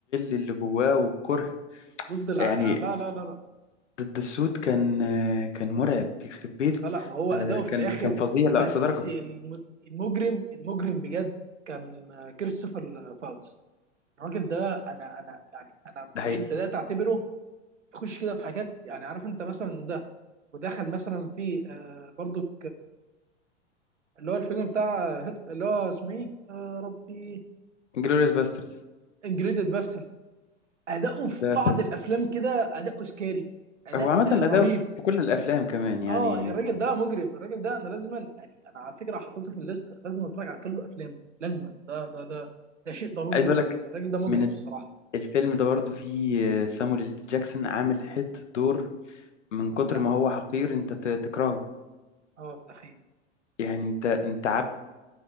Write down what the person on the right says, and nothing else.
ضد الع...
آه، لا لا لا لا
لا لا وهو
اداؤه في
الاخر
بس
الم- المجرم المجرم بجد كان آه، كريستوفر فالتس الراجل ده انا انا يعني انا
بقيت بدات اعتبره يخش كده في حاجات يعني عارف انت مثلا ده ودخل مثلا في آه، برضك اللي هو الفيلم بتاع هتل... اللي هو اسمه ايه يا ربي
انجريدد باسترد اداؤه في
بعض
الافلام كده اداؤه سكاري اداء
آه،
رهيب
اه الراجل ده مجرم الراجل ده انا لازما يعني انا على فكره حطيته في الليست لازم اتفرج على كل افلامه لازما ده ده ده ده شيء ضروري
جدا
الراجل ده مجرم
الصراحه
مبدع
اه ده حقيقي